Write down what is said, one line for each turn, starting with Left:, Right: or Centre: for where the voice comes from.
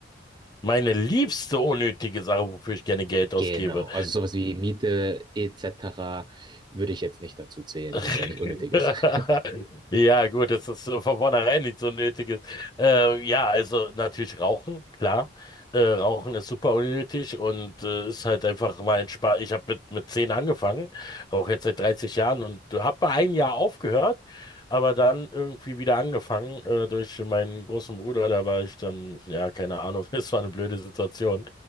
Left: Meine liebste unnötige Sache, wofür ich gerne Geld ausgebe.
Right: Genau, also sowas wie Miete etc. würde ich jetzt nicht dazu zählen,
Left: <laughs> <laughs>
Right: weil es ja nicht unnötig ist. <laughs>
Left: Ja, gut, dass das von vornherein nicht so nötig ist. Äh, ja, also natürlich Rauchen, klar. Äh, Rauchen ist super unnötig und äh, ist halt einfach mal entspannt. Ich habe mit, mit 10 angefangen, rauche jetzt seit 30 Jahren und habe mal ein Jahr aufgehört, aber dann irgendwie wieder angefangen äh, durch meinen großen Bruder. Da war ich dann, ja, keine Ahnung, <laughs> es war eine blöde Situation.